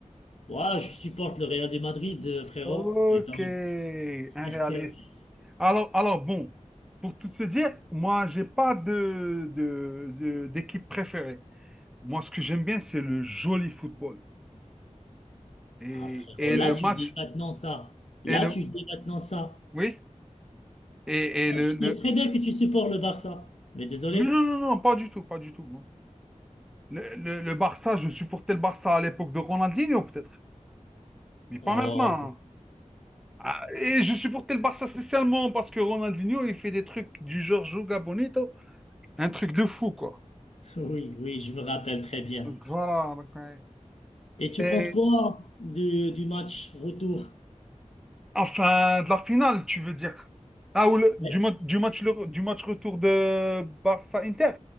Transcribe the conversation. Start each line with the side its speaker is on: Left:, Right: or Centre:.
Left: Ouais, je supporte le Real de Madrid, euh, frérot.
Centre: OK.
Left: Et donc,
Centre: réaliste
Left: <laughs>
Centre: Alors, alors bon, pour tout te dire, moi, j'ai pas de, de, de- d'équipe préférée. Moi, ce que j'aime bien, c'est le joli football. Et,
Left: ah frérot,
Centre: et
Left: là
Centre: le
Left: tu
Centre: match.
Left: dis maintenant ça. Là
Centre: Et le,
Left: tu dis maintenant ça.
Centre: oui. Et,
Left: Ah,
Centre: et le,
Left: Je
Centre: le-
Left: sais très bien que tu supportes le Barça, mais désolé.
Centre: Mais non, non, non, pas du tout, pas du tout, non. Le, le, le Barça, je supportais le Barça à l'époque de Ronaldinho, peut-être. Mais pas
Left: Oh,
Centre: maintenant. hein. Ah, et je supportais le Barça spécialement parce que Ronaldinho, il fait des trucs du genre Joga Bonito, un truc de fou, quoi.
Left: <laughs> oui, oui, je me rappelle très bien.
Centre: Donc voilà. donc, ouais.
Left: Et tu
Centre: Et
Left: penses quoi du, du match retour?
Centre: enfin, de la finale, tu veux dire. Ah, ou le- du,
Left: Ouais.
Centre: ma- du match, le- du match retour de Barça-Inter.